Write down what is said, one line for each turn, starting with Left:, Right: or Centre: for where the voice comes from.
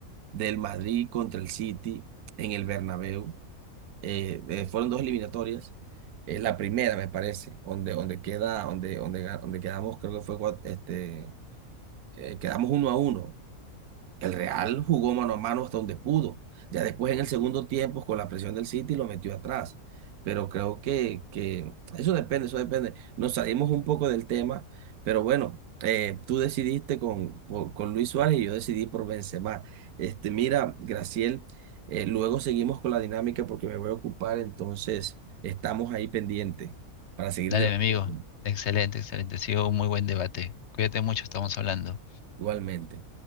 Right: del Madrid contra el City en el Bernabéu, eh, eh, fueron dos eliminatorias, eh, la primera me parece, donde, donde queda, donde, donde, ga- donde quedamos, creo que fue, cuat- este, eh, quedamos uno a uno. El Real jugó mano a mano hasta donde pudo. Ya después en el segundo tiempo, con la presión del City, lo metió atrás. Pero creo que, que eso depende, eso depende. Nos salimos un poco del tema, pero bueno, eh, tú decidiste con, por- con Luis Suárez y yo decidí por Benzema. Este, mira, Graciel, eh, luego seguimos con la dinámica porque me voy a ocupar, entonces estamos ahí pendientes para seguir
Left: Dale,
Right: debatiendo
Left: mi amigo. Excelente, excelente. Ha sido un muy buen debate. Cuídate mucho, estamos hablando.
Right: igualmente.